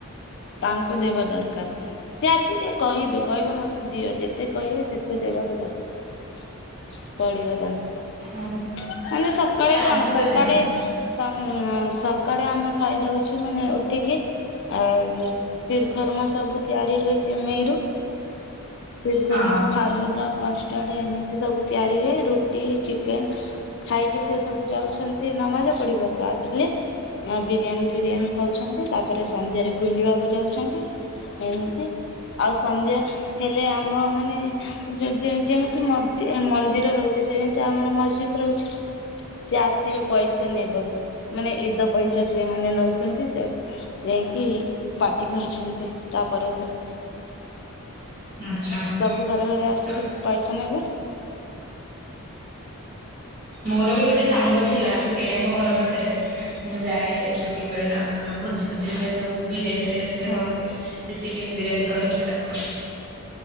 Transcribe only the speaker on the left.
ତାଙ୍କ ଦେବା ଦରକାର ସେ ଆସିକି କହିବେ କହିବେ ମତେ ଦିଅ ଯେତେ କହିବେ ସେ ଦେବାକୁ ଦରକାର ପଡିବା ତାଙ୍କୁ ମାନେ
ସ ସକାଳେ
କଣ
ସକାଡେ
ସଙ୍ଗ ସକାଡେ ଆମେ ଖାଇଦଉଛୁ ମାନେ ଉଠିକି ଆଉ ଶିରଖରମା ସବୁ ତିଆରି ହୁଏ ସମେଇରୁୁ। ଚିର ଖୁର୍ମା
ଇଏଦ କଷ୍ଟାଡ୍ ଏମିତି ସବୁ ତିଆରି ହୁଏ ରୁଟି ଚିକେନ ଖାଇକି ସେ ସବୁ ଯାଉଛନ୍ତି ନମାଜ ପଢିବାକୁ ଆଛିଲେ ନାଁ ବିରିୟାନୀ ଫିରିୟାନୀ ଖାଉଛନ୍ତି ତାପରେ ସନ୍ଧ୍ୟାରେ ବୁଲିବାକୁ ଯାଉଛନ୍ତି ଏମିତି ଆଉ ସନ୍ଧ୍ୟା ହେଲେ ଆମ ମାନେ ଯେ ଯେ ଯେମିତି ମନ୍ଦି ମନ୍ଦିର ରହୁଛି ସେମିତି ଆମର ମସ୍ଜିଦ ରହୁଛି। ସେ ଆସିବେ ପଇସା ନେବାକୁ ମାନେ ଇଦ ପଇସା ସିମାନେ ନଉଛନ୍ତି ସେ ଯାଇକି ପାାର୍ଟି କରୁଛନ୍ତି ତା ପରଦିନ।
ସବୁ ଘରେ ଘରେ ଆସିକି
ପଇସା ନେବେ
ହଁ
ହଁ